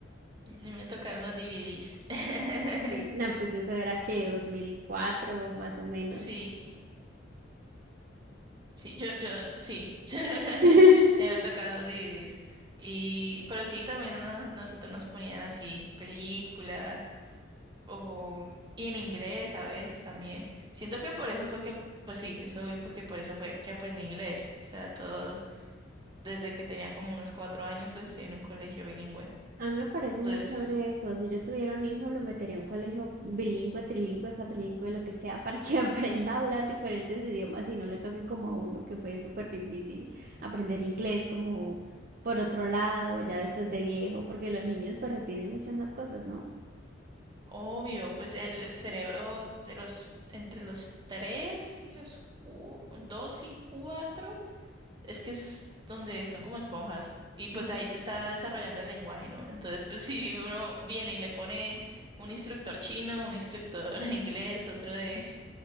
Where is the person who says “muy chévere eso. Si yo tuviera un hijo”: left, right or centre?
Right